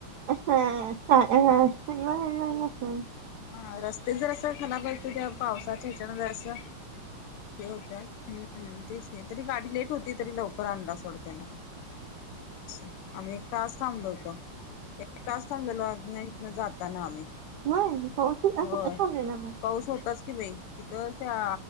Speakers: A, on the right; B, on the left.
A: असं <unintelligible> झाले असणार?
B: हा रस्ते जर असं खराब आहेेत ते पावसाच्या ह्याच्यामधे असं. ते होत हम्म तेच की तरी गाडी लेट होती तरी लवकर आणला सोड तेनं. <unintelligible> आम्ही एक तास थांबवलो होतो. एक तास थांबलेलो आपल्या इथनं जाताना आम्ही.
A: व्हायं पाऊस होता मग
B: होय
A: कुठं थांबलेला मग?
B: पाऊस होताच की बाई तिथं त्या